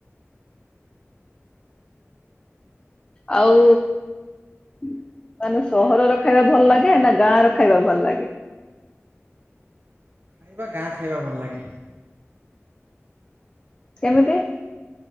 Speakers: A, on the left; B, on the right.
A: ଆଉ ମାନେ ସହରର ଖାଇବା ଭଲ ଲାଗେ ନା ଗାଁ ର ଖାଇବା ଭଲ ଲାଗେ?
B: ଖାଇବା ଗାଁ ଖାଇବା ଭଲ ଲାଗେ।
A: କେମିତି?